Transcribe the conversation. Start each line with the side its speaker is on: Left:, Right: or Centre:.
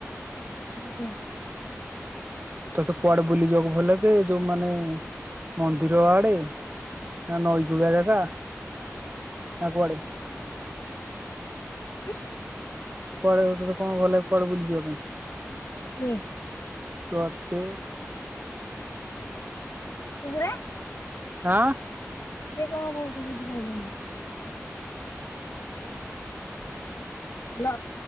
Left: ଆଉ କଣ।
Right: ତୋତେ କୁଆଡେ ବୁଲି ଯିବାକୁ ଭଲ ଲାଗେ ଯୋଉ ମାନେ ମନ୍ଦିର ଆଡେ। ନା ନଈକୁଳିଆ ଜାଗା। ଆ କୁଆଡେ।
Left: ହୁଁ।
Right: କୁଆଡେ ଯାଇଥିଲେ କଣ କଲେ କୁଆଡେ ବୁଲିଯିବା ପାଇଁ।
Left: ବେ
Right: ତୋଅତେ
Left: ପୁଉରା
Right: ହଁ।
Left: ସିଏ କଣ କହୁଚୁ ବୁଝିପାଇଲିନି। ବ୍ଲ